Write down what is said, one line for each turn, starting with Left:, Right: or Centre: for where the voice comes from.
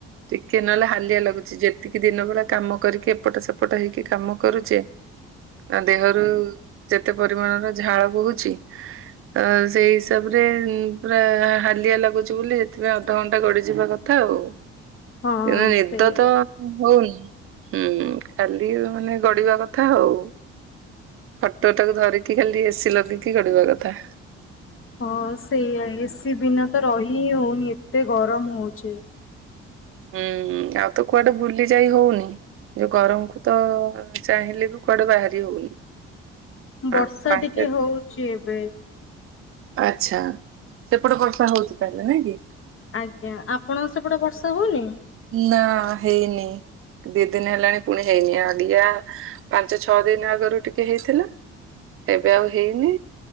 Right: ଠିକ୍। କି ନହେଲେ ହାଲିଆ ଲାଗୁଚି, ଯେତିକି ଦିନବେଳା କାମ କରିକି ଏପଟ ସେପଟ ହେଇକି କାମ କରୁଚେ ଆ ଦେହରୁ-ଉ-ଉ ଯେତେ ପରିମାଣର ଝାଳ ବୋହୁଚି। ଆ ସେଇ ହିସାବରେ ପୁରା ହାଲିଆ ଲାଗୁଚି ବୋଲି ସେଥିପାଇଁ ଅଧଘଣ୍ଟା ଗଡିଯିବା କଥା ଆଉ।
Left: ହଁ
Right: ନିଦ
Left: ସେଇଆ।
Right: ତ ହଉନି, ହୁଁ ଖାଲି ମାନେ ଗଡିବା କଥା ଆଉ। ଖଟଟାକୁ ଧରିକି ଖାଲି ଏସି ଲଗେଇକି ଗଡିବା କଥା।
Left: ହଁ ସେଇଆା, ଏସି ବିନା ତ ରହି ହିଁ ହଉନି ଏତେ ଗରମ ହଉଚି।
Right: ହୁଁ-ଉଁ-ଉଁ, ଆଉ ତ କୁଆଡେ ବୁଲି ଯାଇ ହଉନି। ଯୋଉ ଗରମକୁ ତ ଚାହିଁଲେ ବି କୁଆଡେ ବାହାରି ହଉନି।
Left: ବର୍ଷା
Right: ଆଉ ପାଞ୍ଚ
Left: ଟିକେ ହଉଚି ଏବେ।
Right: ଆଚ୍ଛା। ସେପଟେ ବର୍ଷା ହଉଚି ତାହେଲେ ନାଇଁ କି?
Left: ଆଜ୍ଞା। ଆପଣଙ୍କ ସେପଟେ ବର୍ଷା ହଉନି?
Right: ନାଁଆ ହେଇନି। ଦି ଦିନ ହେଲାଣି ପୁଣି ହେଇନି ଆଡିଆ ପାଞ୍ଚ ଛଅ ଦିନ ଆଗରୁ ଟିକେ ହେଇଥିଲା। ଏବେ ଆଉ ହେଇନି।